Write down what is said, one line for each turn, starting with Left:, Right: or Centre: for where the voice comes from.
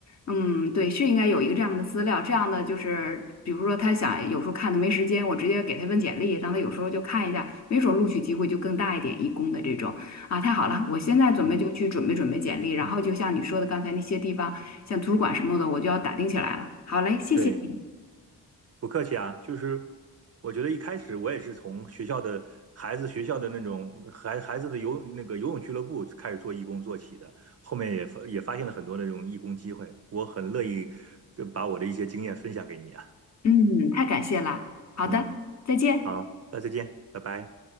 Left: 嗯，对，是应该有一个这样的资料，这样的就是，比如说他想有时候看他没时间，我直接给他一份简历，让他有时候就看一下，没准儿录取机会就更大一点，义工的这种啊，太好了，我现在准备就去准备准备简历，
Right: 嗯
Left: 然后就像你说的刚才那些地方，
Right: 嗯，
Left: 像图书馆什么的，我就要打听起来了。好嘞，谢谢你，
Right: 对。不客气啊，就是我觉得一开始我也是从学校的孩子学校的那种孩孩子的游那个游泳俱乐部开始做义工做起的，后面也发也发现了很多那种义工机会，我很乐意呃把我的一些经验分享给你啊。
Left: 嗯，太感谢了，好的，
Right: 嗯，
Left: 再见。
Right: 好，那再见，拜拜。